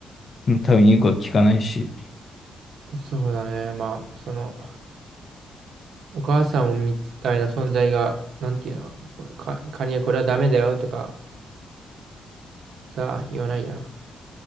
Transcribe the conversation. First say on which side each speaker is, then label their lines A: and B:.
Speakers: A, on the left; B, on the right.
A: うん多分言うことは聞かないし。
B: そうだね。まあ、その、お母さんみたいな存在が、なんていうの、こうか、カニはこれはダメだよとか、さ、言わないやん。や